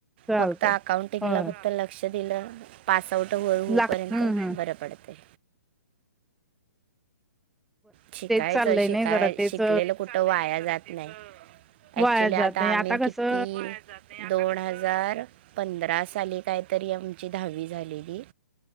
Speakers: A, in the centre; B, on the right.
A: चालतय
B: फक्त अकाउंटिंग
A: होय
B: ला फक्त ल लक्ष दिलं पास आउट होळ होऊ
A: लाग
B: पर्यंत
A: हम्म हम्म
B: बरं पडते. शिकायचं
A: तेच चाललंय
B: शिकाय
A: नाही जरा तेच
B: शिकलेलं कुठं वाया जात नाही.
A: वाया
B: ऍक्च्युली आता
A: जात नाही
B: आम्ही किती
A: कसं
B: दोन हजार पंधरा साली कायतरी आमची दहावी झालेली